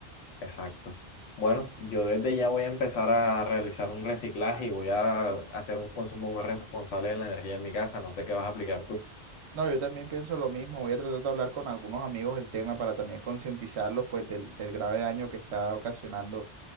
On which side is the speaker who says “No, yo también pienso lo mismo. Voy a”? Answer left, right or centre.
Right